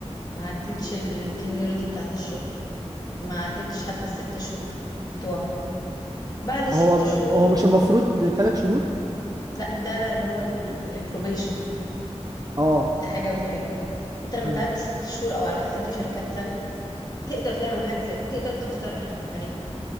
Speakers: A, on the left; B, on the right.
A: ما عدتش التينيوريتي بتاعة الشغل ما عدتش حتى الست شهور بتوعك بعد الست
B: هو
A: شهور
B: هو مش المفروض ثلاث شهور
A: لا ده اللي هو البروبيشن
B: اه
A: دي حاجة ودي حاجة انت لما
B: مم.
A: تعدي ست شهور او على حسب في شركات سنة تقدر تعمل حاجة زي كده تقدر تقترح عليهم